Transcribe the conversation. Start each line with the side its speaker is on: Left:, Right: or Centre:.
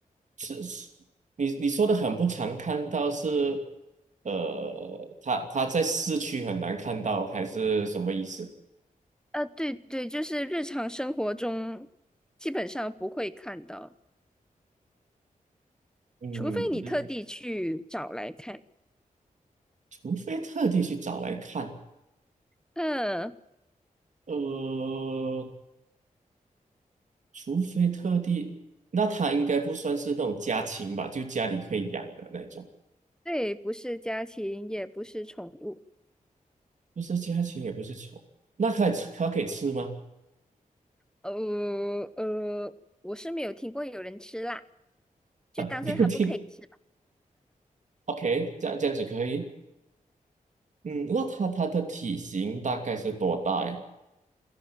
Right: 是，是你你说的很不常看到是，呃，它它在市区很难看到，还是什么意思？
Centre: 呃，对对，就是日常生活中基本上不会看到，
Right: 嗯，
Centre: 除非你特地去找来看，
Right: 除非特地去找来看。
Centre: 嗯。
Right: 呃，除非特地，那它应该不算是那种家禽吧？就家里可以养的那种，
Centre: 对，不是家禽，也不是宠物。
Right: 不是家禽，也不是宠。那它也吃它可以吃吗？
Centre: 呃呃，我是没有听过有人吃辣，就当做它不可以吃吧。
Right: 啊，没有听。OK，这样这样子可以。嗯，那它它的体型大概是多大呀？